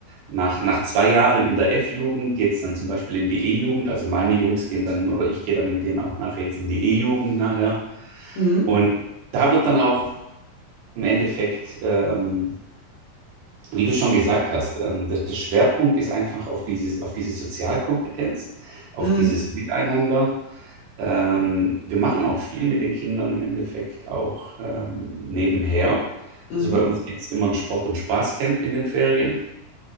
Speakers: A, on the right (about 80°); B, on the left (about 85°).
A: nach, nach zwei Jahren in der F-Jugend geht es dann zum Beispiel in die E-Jugend. Also meine Jungs gehen dann, oder ich gehe dann mit denen auch nachher jetzt in die E-Jugend nachher.
B: Mhm.
A: Und da wird dann auch im Endeffekt ähm, wie du schon gesagt hast, ähm, der, der Schwerpunkt ist einfach auf diese, auf diese Sozialkompetenz, auf
B: Mhm.
A: dieses Miteinander. Ähm, wir machen auch viel mit den Kindern im Endeffekt auch ähm, nebenher.
B: Mhm.
A: Also bei uns gibt es immer ein Sport- und Spaßcamp in den Ferien.